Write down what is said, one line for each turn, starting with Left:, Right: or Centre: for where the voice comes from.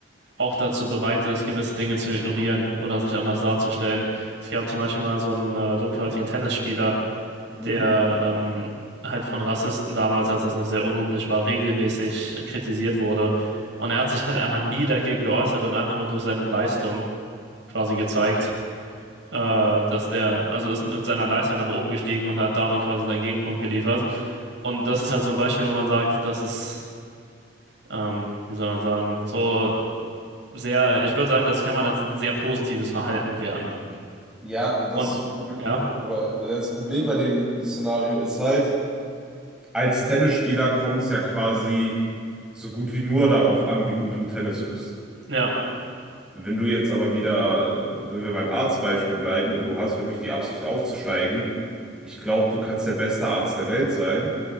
Right: auch dazu bereit ist, gewisse Dinge zu ignorieren oder sich anders darzustellen. Es gab zum Beispiel mal so einen äh, dunkelhäutigen Tennisspieler,
Centre: Mhm.
Right: der ähm, halt von Rassisten damals, als das noch sehr unüblich war, regelmäßig kritisiert wurde. Und er hat sich halt einfach nie dagegen geäußert und einfach nur durch seine Leistung quasi gezeigt äh, dass der, also ist mit seiner Leistung nach oben gestiegen und hat damit quasi seinen Gegenpunkt geliefert. Und das ist halt so ein Beispiel, wo man sagt, das ist, ähm, wie soll man sagen, so sehr, ich würde sagen, das kann man als ein sehr positives Verhalten werten.
Centre: Ja, das
Right: Und
Centre: Problem
Right: ja,
Centre: oder das Problem bei dem Szenario ist halt, als Tennisspieler kommt es ja quasi so gut wie nur darauf an, wie gut du im Tennis bist.
Right: ja.
Centre: Wenn du jetzt aber wieder, äh, wenn wir beim Arztbeispiel bleiben und du hast wirklich die Absicht aufzusteigen, ich glaube, du kannst der beste Arzt der Welt sein.